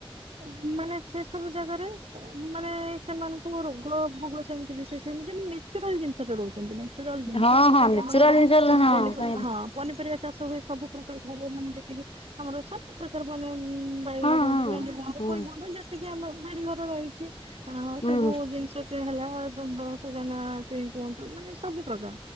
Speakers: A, on the right (about 80°); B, on the left (about 70°).
A: ଉଁ ମାନେ ସେ ସବୁ ଜାଗାରେ ଉଁ ମାନେ ସେମାନଙ୍କୁ ରୋଗ ଭୋଗ ସେମିତି ବିଶେଷ ହେଇନି ଯେନ୍ତି ନେଚୁରାଲ ଜିନିଷଟା ରୋହୁଚନ୍ତି ନାଇଁ। ନେଚୁରାଲ୍ ଜିନଷ
B: ହଁ
A: ଖାଉଚନ୍ତି
B: ହଁ ନେଚୁରାଲ
A: ଆମ ଘରେ
B: ଜିନିଷ
A: କିନ୍ତୁ ପିନିପ୍
B: କାହିଁରେ
A: ହଁ ପନିପରିବା ଚାଷ ହୁଏ। ସବୁ ପ୍ରକାର ଘର ମାନେ ଯେତିକି ଆମର ସବୁ ପ୍ରକାର ମାନେ ଉଁ ବାଇଗଣ
B: ହଁ
A: କୁହନ୍ତୁ ଭେଣ୍ଡି କୁହନ୍ତୁ
B: ହଁ। ହୁଁ
A: ପୋଇ କହନ୍ତୁ ଯେତିକି ଆମ ବାଡି ଘର ରହିିଚି ହଁ ସବୁ
B: ହୁଁ
A: ଜିନିଷ ତିଏ ହେଲା ଦ-ଦ ଶଜାନ ଛୁଇଁ କୁହନ୍ତୁ ମାନେ ସବୁ ପ୍ରକାର।